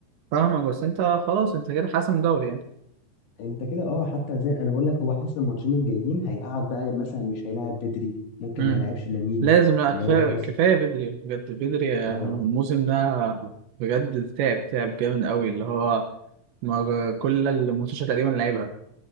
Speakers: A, on the right; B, on the left.
A: فاهمك بس انت خلاص انت كده حاسم دوري يعني
B: انت كده اه حتى زي انا بقول لك هو حاسس الماتشين الجايين هيقعد بقى مثلا مش هيلاعب بدري ممكن
A: امم
B: ما يلاعبش لامين
A: لازم لا
B: اللي
A: كفايه
B: هو خلاص
A: كفايه بدري يعني، بجد بدري آه،
B: اه
A: الموسم ده بجد تعب تعب جامد قوي اللي هو ما- كل الماتشات تقريبا لعبها